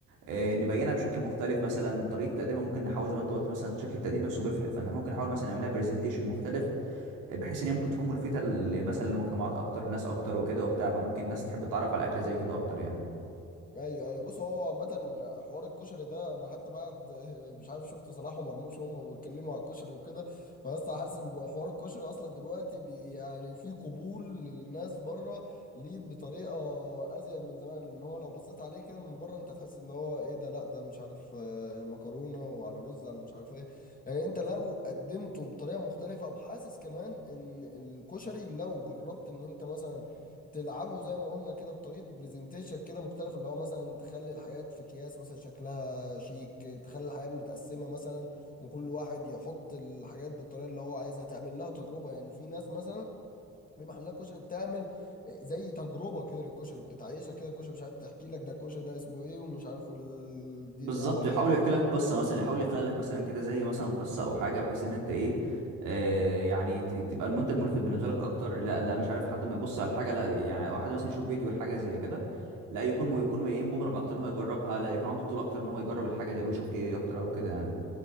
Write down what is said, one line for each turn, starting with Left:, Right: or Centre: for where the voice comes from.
Right: آه، نبينها بشكل مختلف مثلا طريقه تقديمها ممكن نحاول زي ما انت قلت مثلا شكل التقديم نفسه بيفرق فاحنا ممكن نحاول مثلا نعملها برزنتيشن مختلف آه، بحيث ان هي ممكن تكون ملفته ل- مثلا لمجتمعات اكتر لناس اكتر وكده وبتاع فممكن الناس تحب تتعرف على اكله زي كده اكتر يعني
Left: ايوه ايوه بص هو عامة حوار الكشري ده انا حتى بعد <laughs> مش عارف شفت صلاح ومرموش وهم بيتكلموا على الكشري وكده فلسه حاسس ان حوار الكشري اصلا دلوقتي بي يعني في قبول للناس بره ليه بطريقه ازيد من زمان لان هو لو بصيت عليه كده من بره انت هتحس ان هو ايه ده لا ده مش عارف آه، مكرونه وعلى رز على مش عارف ايه يعني انت لو قدمته بطريقه مختلفه وحاسس كمان ان الكشري لو جربت ان انت مثلا تلعبه زي ما قلنا كده بطريقه برزنتيشن كده مختلف اللي هو مثلا تخلي الحاجات في اكياس مثلا شكلها شيك تخلي الحاجات متقسمه مثلا وكل واحد يحط الحاجات بالطريقه اللي هو عايزها تعمل لها تجربه يعني في ناس مثلا في محلات كشري بتعمل زي تجربه كده للكشري بتعيشها كده الكشري مش عارف تحكي لك ده الكشري ده اسمه ايه ومش عارف وال... دي-
Right: بالظبط
Left: ده ورد
Right: يحاول
Left: تقريبا
Right: يحكي لك قصه مثلا يحاول يخلق لك مثلا كده زي مثلا قصه او حاجه بحيث ان انت ايه آه يعني ت- تبقى المنتج ملفت بالنسبه لك اكتر لا لا مش عارف حد ما يبص على حاجه لا يعني او حد مثلا يشوف فيديو لحاجه زي كده لا يكون يكون ايه مغرم اكتر ان هو يجربها لا يكون عنده فضول اكتر ان هو يجرب الحاجه دي او يشوف هي ايه اكتر او كده يعني